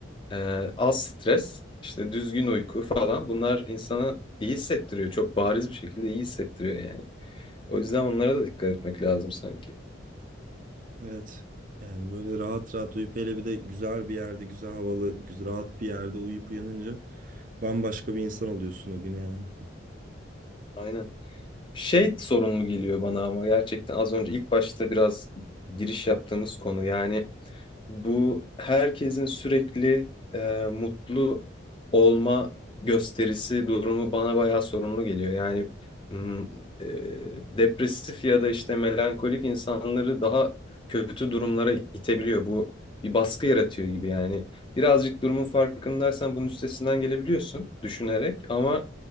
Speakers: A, on the left (about 25°); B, on the right (about 40°).
A: ee, az stres, işte düzgün uyku falan bunlar insana iyi hissettiriyor. Çok bariz bir şekilde iyi hissettiriyor yani. O yüzden onlara da dikkat etmek lazım sanki.
B: Evet. Yani böyle rahat rahat uyup hele bir de güzel bir yerde, güzel havalı, güzel rahat bir yerde uyuyup uyanınca bambaşka bir insan oluyorsun o gün yani.
A: Aynen. Şey sorunlu geliyor bana ama gerçekten az önce ilk başta biraz giriş yaptığımız konu yani bu herkesin sürekli e, mutlu olma gösterisi durumu bana bayağı sorunlu geliyor. Yani mm, e, depresif ya da işte melankolik insanları daha kötü durumlara itebiliyor. Bu bir baskı yaratıyor gibi yani. Birazcık durumun farkındaysan bunun üstesinden gelebiliyorsun düşünerek ama